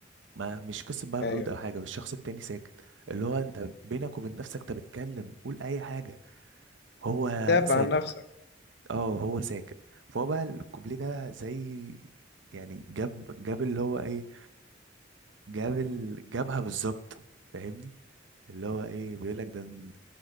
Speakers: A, on the right (about 75°); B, on the left (about 55°).
A: ما مش قصة بقى
B: ايوه
A: برود او حاجة بس الشخص التاني ساكت اللي هو انت بينك وبين نفسك انت بتتكلم قول اي حاجة هو
B: دافع
A: ساكت
B: عن نفسك
A: اه هو ساكت فهو بقى الكوبليه ده زي يعني جاب جاب اللي هو ايه جاب ال... جابها بالظبط فاهمني اللي هو ايه بيقول لك ده أن-